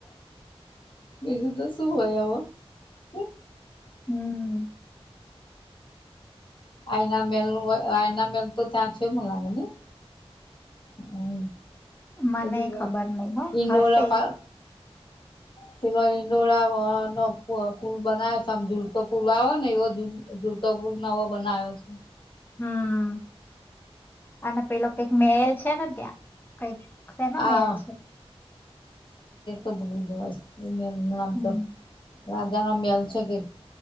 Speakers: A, on the left; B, on the left.
A: બીજું તો શું હોય આવ હમ.
B: હમ
A: આઈના મલનું આયના મલ તો ત છે મ લાગે ને હમ
B: મને
A: બધું
B: ખબર નહ
A: ઈંડોરા
B: હા હશે
A: પા પેલો ઈંડોરા નો પુલ બનાવ છે આમ જુલતો પુલ આવે ને એવો જુલતો પુલ નવો બનાવ્યો છે
B: હમ. અને પેલા કઈક મેહેલ છે ને ત્યાં કઈક શેનો
A: હા
B: મહેલ છે
A: અ બલી જવાય એ મેલ નું નામ
B: હમ
A: તો રાજા નો મેલ છે કે